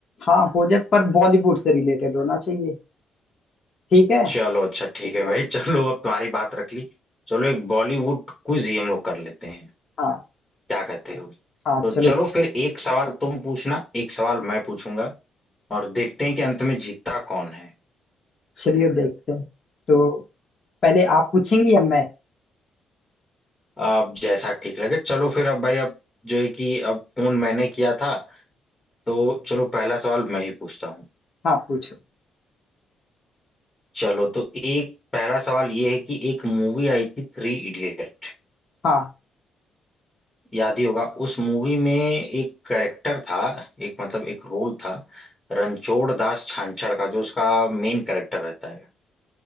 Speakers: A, on the left; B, on the left.
A: हाँ हो जाए पर बॉलीवुड से रिलेटेड होना चाहिए ठीक है
B: चलो अच्छा ठीक है भाई <laughs> चलो अब तुम्हारी बात रख ली चलो एक बॉलीवुड क्विज ही हम लोग कर लेते हैं
A: हाँ
B: क्या कहते हो
A: हाँ
B: तो
A: चलो
B: चलो फिर एक सवाल तुम पूछना एक सवाल मैं पूछूंगा और देखते हैं कि अंत में जीतता कौन है
A: चलिए देखते हैं तो पहले आप पूछेंगी या मैं
B: अब जैसा ठीक लगे चलो फिर अब भाई अब जो है कि अब फोन मैंने किया था तो चलो पहला सवाल मैं ही पूछता हूँ
A: हाँ पूछो
B: चलो तो एक पहला सवाल ये है कि एक मूवी आई थी थ्री इडियट
A: हाँ
B: याद ही होगा उस मूवी में एक कैरेक्टर था एक मतलब एक रोल था रणछोड़ दास छांछड़ का जो उसका मेन कैरेक्टर रहता है